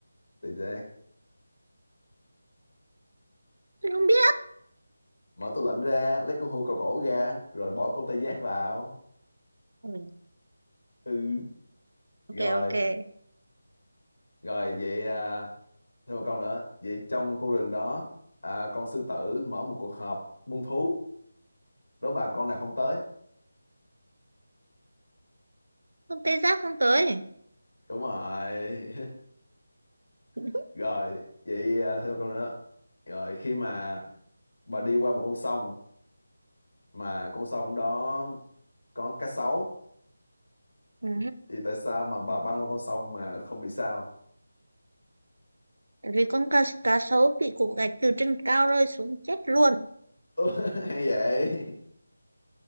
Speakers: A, on the left; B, on the right.
A: tê giác.
B: Tôi không biết,
A: Mở tủ lạnh ra, lấy con hươu cao cổ ra rồi bỏ con tê giác vào.
B: Ừ
A: Ừ,
B: Ok
A: rồi.
B: ok.
A: Rồi vậy à, thêm một câu nữa. Vậy trong khu rừng đó à, con sư tử mở một cuộc họp muôn thú. Đố bà con nào không tới.
B: con tê giác không tới.
A: Đúng rồi.
B: <laughs>
A: <laughs> Rồi vậy à, thêm một câu nữa. Rồi khi mà bà đi qua một con sông mà con sông đó có cá sấu
B: Ừ,
A: thì tại sao mà bà băng qua con sông mà không bị sao?
B: Vì con cá, cá sấu bị cục gạch từ trên cao rơi xuống chết luôn.
A: <laughs> Hay vậy?